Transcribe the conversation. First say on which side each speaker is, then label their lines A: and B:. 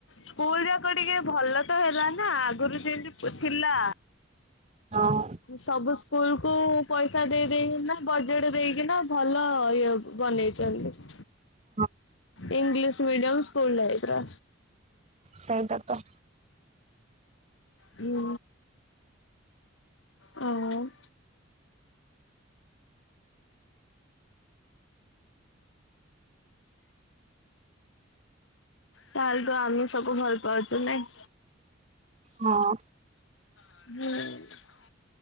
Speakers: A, on the left (about 70°); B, on the right (about 35°).
A: ସ୍କୁଲ ଯାକ ଟିକେ ଭଲ ତ ହେଲା ନା। ଆଗରୁ ଯେମତି ଥିଲା?
B: ହଁ।
A: ସବୁ ସ୍କୁଲ କୁ ପଇସା ଦେଇ ଦେଇେଇକି ନା, ବଜେଟ ଦେଇକିନା ଭଲ ଇଏ ବନେଇଛନ୍ତି।
B: <inaudible>
A: ଇଂଲିଶ ମିଡିୟମ୍ ସ୍କୁୂଲ ଟାଇପ୍ ର।
B: ସେଇଟା ତ।
A: ହୁଁ। ହୁଁ। ତାହେଲେ ତୁ ଆମିଷକୁ ଭଲ ପାଉଛୁ ନାଇଁ?
B: ହଁ।
A: ହୁଁ।